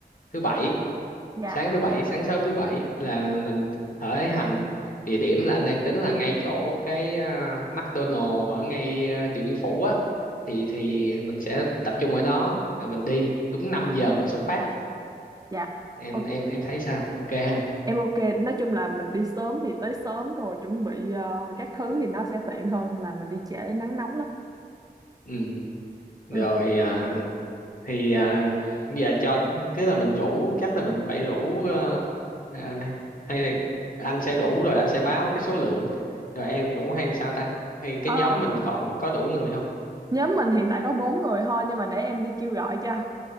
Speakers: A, on the left; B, on the right.
A: thứ bảy,
B: Dạ,
A: sáng thứ bảy, sáng sớm thứ bảy là mình khởi hành. Địa điểm là anh đang tính là ngay chỗ cái à, McDonald's ở ngay à, Điện Biên Phủ á. Thì thì mình sẽ tập trung ở đó là mình đi đúng 5 giờ mình xuất phát.
B: dạ.
A: Em
B: Ô,
A: em em thấy sao? Ok ha.
B: em ok, nói chung là mình đi sớm thì tới sớm rồi chuẩn bị ờ, các thứ thì nó sẽ tiện hơn là mình đi trễ nắng nóng lắm.
A: Ừ. Rồi
B: Ừ.
A: à, thì à, giờ cho cứ là mình rủ chắc là mình phải rủ ờ, à, này hay là anh sẽ rủ rồi anh sẽ báo cái số lượng rồi em rủ hay sao ta hay cái
B: Ờ,
A: nhóm mình còn có đủ người không
B: nhóm mình hiện tại có bốn người thôi nhưng mà để em đi kêu gọi cho.